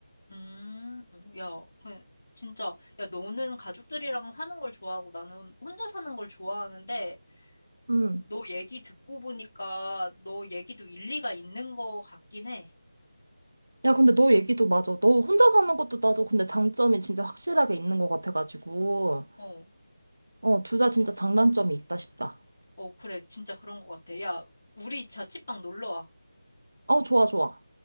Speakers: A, on the left; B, on the right.
A: 음, 야, 그, 진짜, 야, 너는 가족들이랑 사는 걸 좋아하고 나는 혼자 사는 걸 좋아하는데,
B: 음.
A: 너 얘기 듣고 보니까 너 얘기도 일리가 있는 것 같긴 해.
B: 야, 근데 너 얘기도 맞아. 너 혼자 사는 것도 나도 근데 장점이 진짜 확실하게 있는 것 같아가지고.
A: 어,
B: 어, 둘 다 진짜 장단점이 있다 싶다.
A: 어, 그래, 진짜 그런 것 같아. 야, 우리 자취방 놀러 와.
B: 어, 좋아, 좋아.